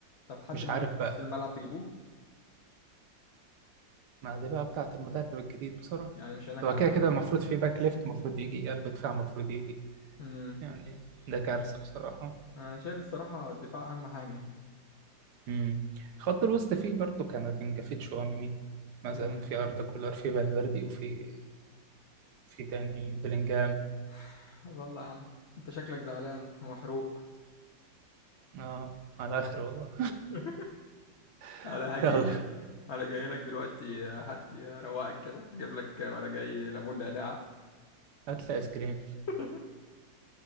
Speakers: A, on the left; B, on the right.
A: طب حد
B: مش
A: معين
B: عارف
A: في نص
B: بقى
A: الملعب تجيبوه؟
B: ما دي بقى بتاعة المدرب الجديد بصراحة
A: يعني مش هناك
B: هو
A: على
B: كده
A: حد
B: كده المفروض في باك ليفت المفروض يجي قلب دفاع المفروض يجي
A: امم
B: يعني ده كارثة بصراحة
A: انا شايف الصراحة الدفاع اهم حاجة يعني
B: امم خط الوسط فيه برضه كامافينجا فيه تشواميني مثلا
A: امم
B: في أردا كولر في فالفيردي وفي في تاني بلينجهام
A: <sighs> طب يلا يا عم انت شكلك زعلان ومحروق
B: اه على آخر والله
A: <laughs>
B: <laughs>
A: انا هاجي
B: يلا
A: انا جاي لك دلوقتي آه، حد روقك كده اجيب لك آه، وانا جاي ليمون نعناع
B: هات لي آيس كريم
A: <laughs>